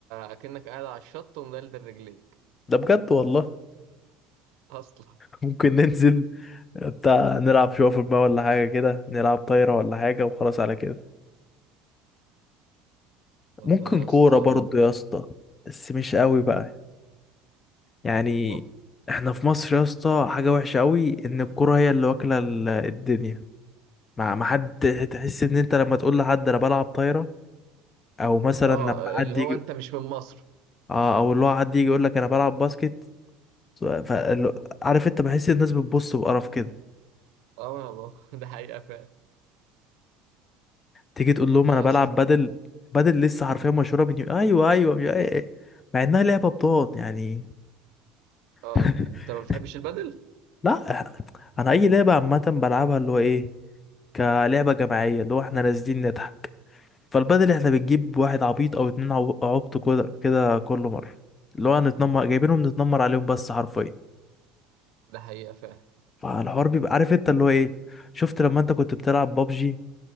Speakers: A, on the right (about 70°); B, on the left (about 25°).
A: اكنك قاعد على الشط ومدلدل رجليك
B: ده بجد والله
A: اصلا
B: <laughs> ممكن ننزل بتاع نلعب شويه في المايه ولا حاجه كده نلعب طايره ولا حاجه وخلاص على كده
A: والله
B: ممكن
A: يا
B: كوره
A: اسطى
B: برضه يا اسطى بس مش قوي بقى يعني
A: والله
B: احنا في مصر يا اسطى حاجه وحشه قوي ان الكوره هي اللي واكله ال- الدنيا مع ما حد تحس ان انت لما تقول لحد انا بلعب طايره او مثلا
A: اه
B: لما حد
A: اللي
B: يجي
A: هو انت مش من مصر
B: اه او اللي هو حد يجي يقول لك انا بلعب باسكت ف... فال- عارف انت بحس الناس بتبص بقرف كده
A: اه انا بقى. <laughs> ده حقيقة فعلا
B: تيجي تقول
A: والله
B: لهم انا بلعب
A: يا اسطى
B: بدل بدل لسه حرفيا مشهوره من يوم ايوه ايوه مش- أي- مع انها لعبه بطال يعني
A: اه
B: <laughs>
A: انت ما بتحبش البدل
B: لا إح- انا اي لعبه عامه بلعبها اللي هو ايه كلعبه جماعيه اللي هو احنا نازلين نضحك فالبدل احنا بنجيب واحد عبيط او اتنين عو- عبط كده كده كل مره اللي هو هنتنمر جايبينهم نتنمر عليهم بس حرفيا
A: ده حقيقة فعلا
B: فالحوار بيبقى عارف انت اللي هو ايه شفت لما انت كنت بتلعب بابجي